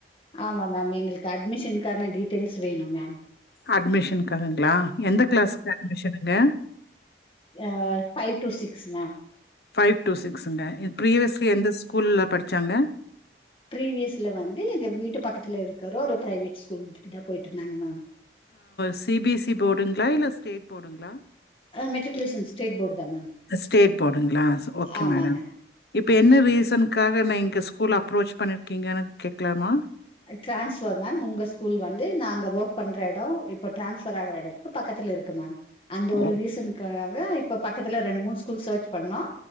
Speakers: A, on the left; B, on the left.
A: ஆமா மேம் எங்ளுக்கு அட்மிஷன்கான டீட்டெயில்ஸ் வேணும் மேம்
B: அட்மிஷனுக்காகங்ளா எந்த க்ளாஸுக்கு அட்மிஷனுங்க
A: அ five to six ma'am
B: five to சிக்ஸுங்க ப்ரீவியஸ்ஸி எந்த ஸ்கூல்ல படிச்சாங்க
A: ப்ரீவியஸ்ல வந்து எங்க வீட்டு பக்கத்துல இருக்குற ஒரு பிரைவேட் ஸ்கூலுக்கு தா போயிட்டு இருந்தாங்க ma'am
B: C B S C போர்டுங்களா இல்ல ஸ்டேட் போர்டுங்களா
A: ஆ மெட்ரிகுலேசன் ஸ்டேட் போர்டு தா மேம்
B: ஸ்டேட் போர்டுங்களா ஓகே
A: ஆமாங்க
B: மேடம் இப்ப என்ன ரீசனுக்காக நா இங்க ஸ்கூல் அப்ரோச் பண்ணிருக்கீங்கனு கேக்லாமா
A: ட்ரான்ஸ்ஃபர் மேம் உங்க ஸ்கூல் வந்து நாங்க ஒர்க் பண்ற எடோ இப்ப ட்ரான்ஸ்ஃபர் ஆகற எடத் கு பக்கத்துல இருக்கு மேம் அந்த ஒரு
B: ஓ!
A: ரீசனுக்காக தா இப்ப பக்கத்துல ரெண்டு மூணு ஸ்கூல் சேர்ச் பண்ணோ